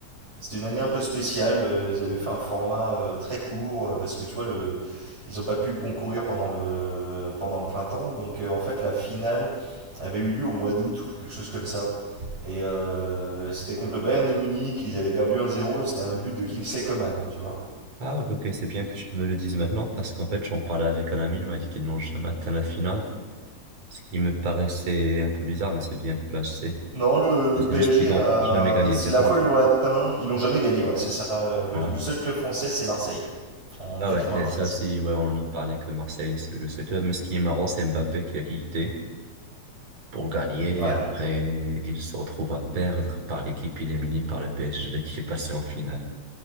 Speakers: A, on the right; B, on the right.
A: C'était une année un peu spéciale. euh, Ils avaient fait un format euh, très court euh, parce que tu vois, le... ils n'ont pas pu concourir pendant le... pendant le printemps. Donc euh, en fait, la finale avait eu lieu au mois d'août ou quelque chose comme ça. Et euh, c'était contre le Bayern de Munich. Ils avaient perdu un zéro. C'était un but de Kingsley Coman, tu vois.
B: ah, ok, ok, c'est bien que tu me le dises maintenant parce qu'en fait, j'en parlais avec un ami. Il m'a dit qu'ils n'ont jamais atteint la finale. Ce qui me paraissait un peu bizarre, mais c'est bien que là, je sais.
A: Non, le, le
B: Mais C'est
A: PSG,
B: juste qu'ils
A: a-
B: n'ont jamais gagné,
A: c'est
B: c'est
A: la
B: ça.
A: fois où ils l'ont atteint. Ils l'ont jamais gagné, ouais, c'est ça. Le,
B: Ah,
A: le seul club français, c'est Marseille, en
B: ah
A: 93.
B: ouais, et ça aussi, ouais, on en a parlé que Marseille, c'est le seul club. Mais ce qui est marrant, c'est Mbappé qui a quitté pour gagner.
A: Ouais.
B: Et après, il se retrouve à perdre par l'équipe éliminée par le PSG qui est passé en finale.